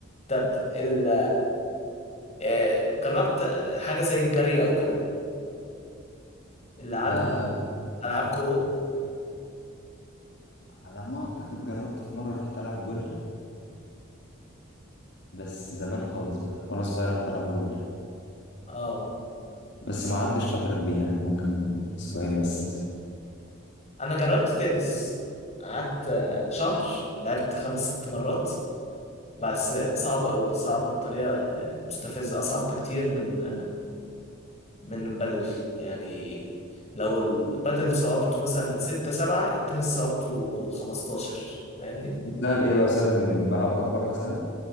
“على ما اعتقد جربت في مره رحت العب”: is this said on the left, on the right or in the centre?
Left